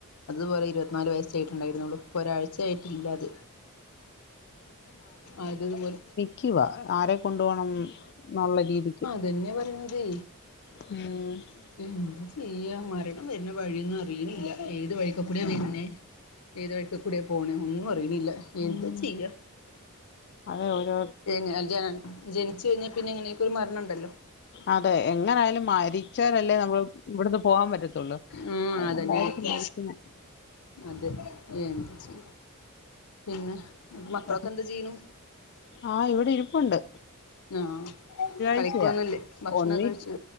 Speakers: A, on the left; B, on the left.
A: അതുപോലെ ഇരുപത്തിനാല് വയസ്സായിട്ടുണ്ടായിരുന്നുള്ളു. പ്പോ ഒരാഴ്ചയായിട്ടില്ലാത് അതതുപോലെ
B: ക്യുവാ ആരെ കൊണ്ടു പോണം എന്നുള്ള രീതിക്ക്.
A: ധന്യ പറയണതെ
B: ഉം
A: എന്ത് ചെയ്യാ മരണം വരുന്ന വഴിയൊന്നും അറിയണില്ല ഏത് വഴിക്കൊ കൂടിയ വരുന്നേ. ഏത് വഴിക്കക്ക് കൂടിയ പോണെ ഒന്നും അറിയിണില്ല എന്താ
B: ഉം.
A: ചെയ്യ.
B: അതെ ഒരു
A: പിന്നെ ജ ജനിച്ചു കഴിഞ്ഞാൽ പിന്നെ എങ്ങനെക്കൊ ഒരു മരണം ഇണ്ടല്ലോ.
B: അതെ എങ്ങനൊയാലും മരിച്ചാലല്ലേ നമ്മള് ഇവിടന്ന് പോകാൻ പറ്റത്തുള്ളൂ.
A: ഉം
B: അതുകൊണ്ടായിരിക്കും
A: അതന്നെണ്
B: മരിക്കുന്നെ
A: അതെ ജനിച്ച് പിന്നെ മക്കളൊക്കെ
B: പക്ഷെ
A: എന്താ ചെയ്യ്ണു
B: ആഹ് ഇവിടെ ഇരിപ്പുണ്ട്.
A: ആഹ് കളിക്കൊന്നുല്ലേ
B: ഴ്ചയാ
A: ഭക്ഷണൊക്കെ
B: ഒന്നി
A: കഴിച്ച്